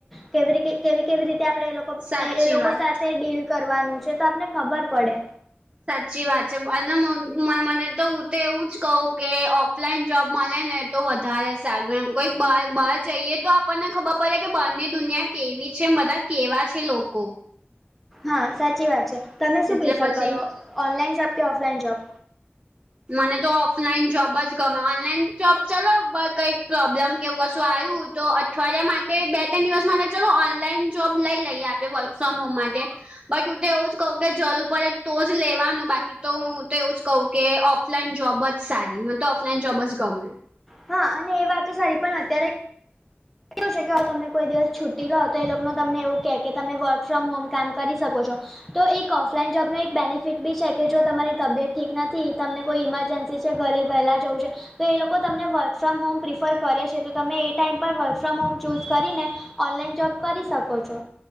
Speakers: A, in the centre; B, on the right.
A: કેવી રીતે આપડે, એ લોકો
B: સાચી
A: એ લોકો
B: વાત
A: સાથે ડીલ કરવાનું છે, તો આપડને ખબર પડે.
B: સાચી વાત છે, અને મને તો હું તો એવું જ કઉ કે, ઓફલાઈન જોબ મળે ને તો વધારે સારું એમ, કોઈ <unintelligible> જઈએ તો, આપણને ખબર પડે કે, બહાર દુનિયા કેવી છે, બધા કેવા છે લોકો.
A: હા સાચી વાત છે, તમે શું
B: એટલે
A: પ્રિફર
B: પછી
A: કરો? ઓનલાઈન જોબ કે, ઓફલાઈન જોબ.
B: મને તો ઓફલાઈન જોબ જ ગમે, ઓનલાઈન જોબ ચલો કંઈક પ્રોબ્લેમ એવું કશું આવ્યું હતું. અઠવાડિયા માટે બે ત્રણ દિવસ માટે ચલ ઓનલાઈન જોબ લઈ લઈએ આપણે વર્ક ફ્રોમ હોમ માટે. બટ હું તો એવું જ કહું કે જરૂર પડે તો જ લેવાનું. બાકી તો હું તો એવું જ કહું કે ઓફલાઈન જોબ જ સારી. મને તો ઓફલાઈન જોબ જ ગમે.
A: હા. અને એ વાત તો સારી પણ અત્યારે કેવું છે કે અવે તમને કોઈ દિવસ છુટ્ટી લો તો એ લોકો તમને એવું કેહ કે તમે વર્ક ફ્રોમ હોમ કામ કરી શકો છો. તો એક ઓફલાઈન જોબનો એક બેનિફિટબી છે કે જો તમારી તબિયત ઠીક નથી. તમને કોઈ ઇમરજન્સી છે ઘરે વહેલા જવું છે. તો એ લોકો તમને વર્ક ફ્રોમ હોમ પ્રિફર કરે છે. તો તમે એ ટાઈમ પર વર્ક ફ્રોમ હોમ ચૂઝ કરીને ઓનલાઈન જોબ કરી શકો છો.